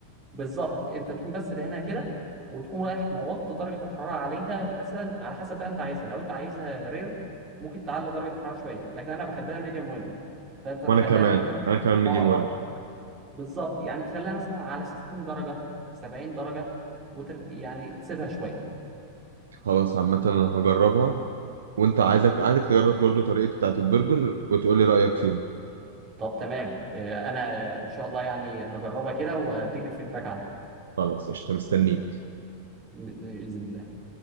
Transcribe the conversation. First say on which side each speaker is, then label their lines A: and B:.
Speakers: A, on the right (about 30°); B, on the right (about 65°).
A: بالظبط انت تقوم بس دهنها كده وتقوم رايح موط درجه الحراره عليها مثلا على حسب بقى انت عايزها لو انت عايزها رير ممكن تعلي درجه الحراره شويه لكن انا بحبها ميديوم ويل فانت تخليها
B: وانا كمان
A: مثلا
B: انا كمان ميديم
A: اه
B: ويل
A: بالظبط يعني تخليها مثلا على 60 درجه 70 درجه وتر... يعني تسيبها شويه
B: خلاص عامه انا هجربها وانت عايزك عايزك تجرب برضو طريقتي بتاعت البرجر وتقول لي رايك فيها
A: طب تمام آه، انا ان شاء الله يعني هجربها كده واديك الفيدباك عنها
B: خلاص قشطه مستنيك
A: باذن الله